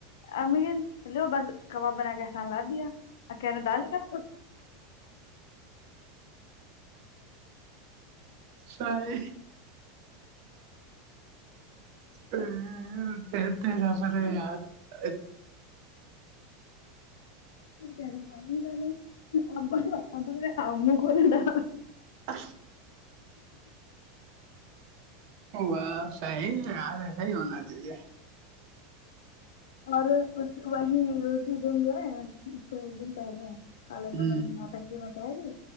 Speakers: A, on the left; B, on the right.
A: ا چلو بس کباب بنا کے ایحسان لا دیا آ کیا نے دال کر
B: سر ا د دز س رہے یار ا
A: کیا پانی ڈالو اب ہم کوول ڈا
B: ا ب صحی ہے یاار ہے صحی ہونا چاہیے
A: اور اس وہی رسی دن جو اس سے ایک دن پہلے کا لے
B: ہ
A: لوگن تنگی مچائی تی